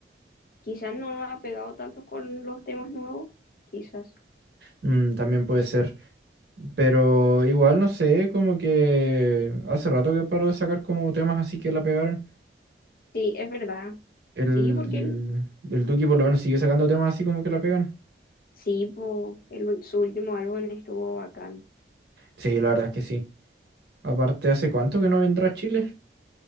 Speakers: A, on the left; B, on the right.
A: quizás no ha pegado tanto con los temas nuevos, quizás.
B: Mm, también puede ser. Pero igual, no sé, como que hace rato que paró de sacar como temas así que la pegaron.
A: Sí, es verdad.
B: El,
A: Sí, porque
B: el Duki por lo menos sigue sacando temas así como que la pegan.
A: Sí, po, el ul- su último álbum estuvo bacán.
B: Sí, la verdad es que sí. Aparte, ¿hace cuánto que no vendrá a Chile?